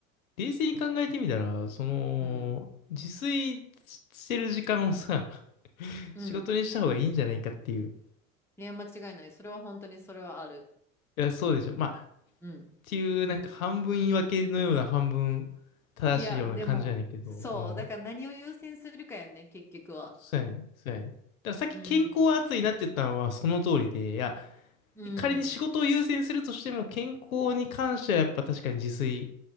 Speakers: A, on the left; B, in the centre.
A: 冷静に考えてみたら、その、
B: うん。
A: 自炊してる時間をさ、<laughs>
B: うん。
A: 仕事にした方がいいんじゃないかっていう。
B: いや、間違いない。それは本当にそれはある。
A: いや、そうでしょ。まあ、っ
B: うん。
A: ていう、なんか半分言い訳のような半分正しいような感じやねんけど、
B: いや、でも、そう。
A: うん。
B: だから何を優先するかやんね、結局は。
A: そうやねん、そうやねん。だからさっき健康は熱いなって言ったのはその通りで、
B: うん。
A: いや、
B: うん。
A: 仮に仕事を優先するとしても、健康に関してはやっぱ確かに自炊